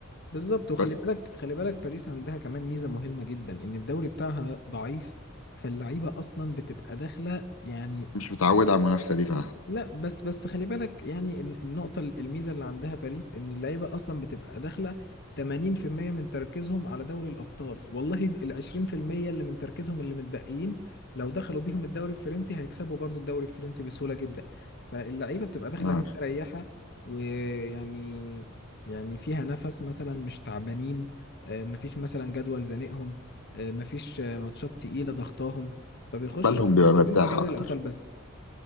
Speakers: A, on the left (about 50°); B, on the left (about 85°).
A: بالظبط وخلي
B: بس
A: بالك خلي بالك باريس عندها كمان ميزة مهمة جدا إن الدوري بتاعها ضعيف فاللعيبة أصلا بتبقى داخلة يعني
B: مش متعود على المنافسه دي ف
A: لا بس بس خلي بالك يعني الن- النقطة ال- الميزة اللي عندها باريس إن اللعيبة أصلا بتبقى داخلة 80% من تركيزهم على دوري الأبطال والله ال 20% اللي من تركيزهم اللي متبقيين لو دخلوا بيهم الدوري الفرنسي هيكسبوا برضو الدوري الفرنسي بسهولة جدا فاللعيبة بتبقى داخلة
B: آه،
A: مستريحة ويعني يعني فيها نفس مثلا مش تعبانين آه، مفيش مثلا جدول زنقهم آه، مفيش آه، ماتشات تقيلة ضغطاهم فبيخشوا
B: بالهم بيبقى
A: مركزين
B: مرتاح
A: على دوري
B: اكتر
A: الأبطال بس